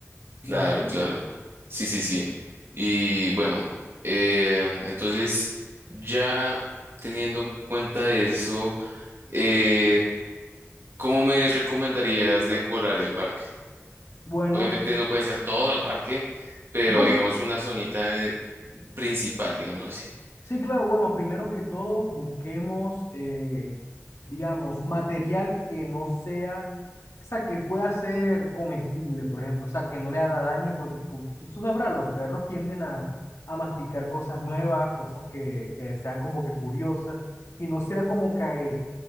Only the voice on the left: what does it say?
y así.
Bueno,
no,
Sí, claro, bueno, primero que todo busquemos, eh, digamos, material que no sea, o sea, que pueda ser comestible, por ejemplo, o sea, que no le haga daño, porque cu- tú, tú sabrás, los perros tienden a, a masticar cosas nuevas, cosas que, que sean como que curiosas, y no será como que eh,